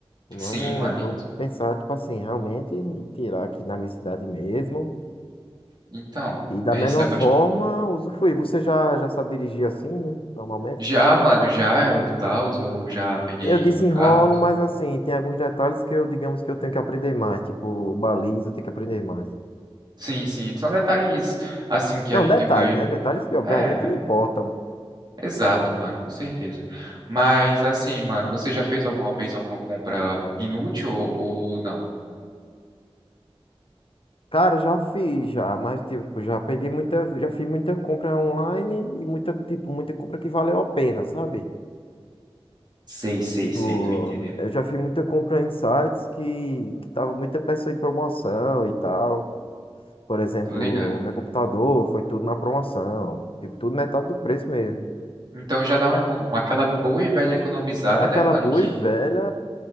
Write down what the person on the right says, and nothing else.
Sim, mano,
ent-
então,
é,
isso é bastante.
Já, mano, já e tal, eu já peguei
carros.
Sim, sim, são detalhes assim que
a gente
vai.
É,
Exato, mano, com certeza. Mas assim, mano, você já fez alguma vez alguma compra inútil ou, ou não?
Sei, sei,
sei, tô entendendo.
Tô ligado.
Então já dá uma, econ- aquela boa e velha economizada,
né, mano?
Que